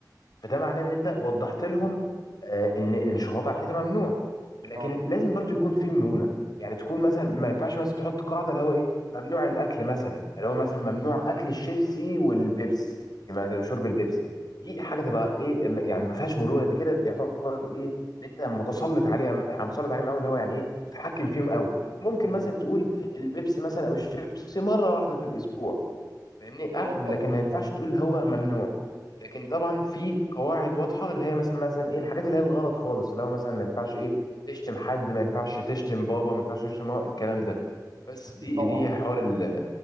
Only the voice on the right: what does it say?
اه
مم.
هو بيفكر
في
الموضوع
اكيد
طبعا